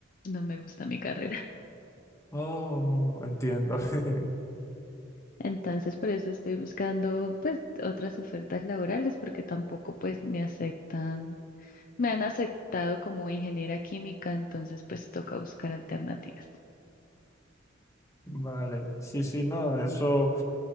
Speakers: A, on the left; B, on the left.
A: no me gusta mi carrera. <laughs>
B: Oh, entiendo. <laughs>
A: Entonces por eso estoy buscando pues otras ofertas laborales porque tampoco pues me aceptan, me han aceptado como ingeniera química, entonces pues toca buscar alternativas.
B: Vale, sí, sí, no, eso.